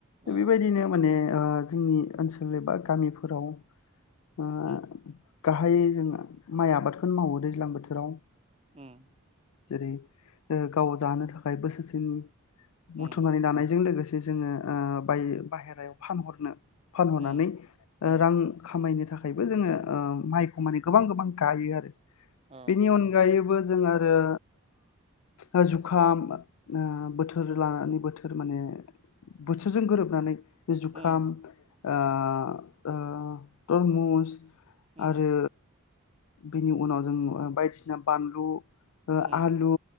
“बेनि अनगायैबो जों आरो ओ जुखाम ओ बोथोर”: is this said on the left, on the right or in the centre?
Left